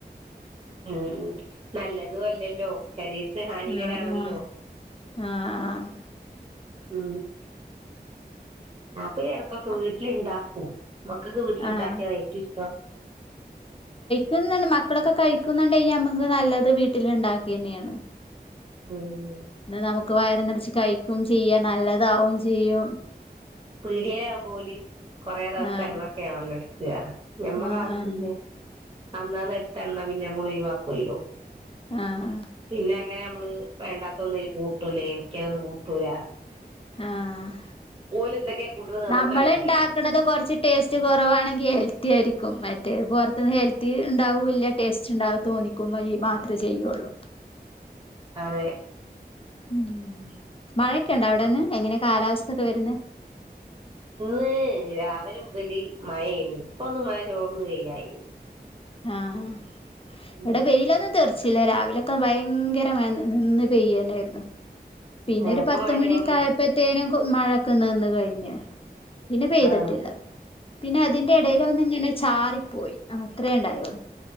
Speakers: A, on the right; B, on the left.
A: ഉം ഉം നല്ലതൂല്ലല്ലോ. ശരീരത്തിന് ഹാനികരാണല്ലോ
B: ആഹ് ആഹ് ആഹ്
A: ം. ഞാപ്പ എടക്കൊക്കെ
B: ആഹ്
A: വീട്ടില്ണ്ടാക്കും. മക്കക്ക് വീട്ടില്ണ്ടാക്കിയതാ
B: ആഹ്
A: ഏറ്റൊഷ്ടം.
B: കുന്നുണ്ട് മക്കളൊക്കെ കഴിക്കുന്നുണ്ടങ്കി ഞമ്മക്ക് നല്ലത് വീട്ടില്ണ്ടാക്ക്യന്നെണ്.
A: ം
B: എന്നാ നമുക്ക് വയറ് നിറച്ച് കഴിക്കൂം ചെയ്യാ നല്ലതാവും ചെയ്യും.
A: പീട്യേലാവുമ്പോല് കൊറെ ദിവസത്തെ
B: ആഹ്
A: എണ്ണൊക്കാണല്ലോ ട്ക്ക ഞമ്മളാവുമ്പൊ
B: ആഹ് ആഹ്
A: പിന്നെ. അന്നാന്നെട്ത്ത എണ്ണ പിന്നെ നമ്മള് ഒഴിവാക്കല്ലോ.
B: ആഹ്.
A: പിന്നെ അങ്ങനെ നമ്മള് വേണ്ടാത്തൊന്നും കൂട്ടൂല കെമിക്കലൊന്നും കൂട്ടൂല.
B: ആഹ്
A: ഓല് എന്തൊക്കെയാ കൂട്ടുന്നത് നമ്മക്കറിയില്ലല്ലോ
B: നമ്മള് ണ്ടാക്കണത് കൊറച്ച്. ടേസ്റ്റ് കുറവാണെങ്കി ഹെൽത്തി ആയിരിക്കും മറ്റേ പുറത്ത്ന്ന് ഹെൽത്തിണ്ടാവൂല്ല. ടേസ്റ്റ്ണ്ടാവ തോന്നിക്കുംഹഴി മാത്രെചെയ്യൊള്ളൂ.
A: അതെ
B: ം മഴെക്കണ്ട വടെന്ന് എങ്ങനെ കാലാവസ്ഥൊക്കെ വരുന്ന്?
A: ഇന്ന് രാവിലെ മുതൽ മഴേനി ഇപ്പൊന്ന് മഴ ചോർന്ന് വെയിലായി.
B: ആഹ്
A: ഉം
B: ഇവിടെ വെയിലൊന്നും തെർ. ചില രാവിലൊക്കെ ബയങ്കര മയ ന് നിന്ന് പെയ്യന്നായിരുന്നു. പിന്നെരു
A: ആഹ് ഇപ്പൊ
B: പത്ത്
A: മഴ
B: മണിക്കായപ്പത്തേനും
A: ചോർന്നോ
B: ക് മഴൊക്കെ നിന് കയിഞ് പിന്നെ പെയ്തിട്ടില്ല
A: ആഹ്
B: പിന്നെ അതിന്റെ ഇടേൽ ഒന്ന് ഇങ്ങനെ ചാറിപ്പോയി അത്രേ ഉണ്ടായള്ളൂ.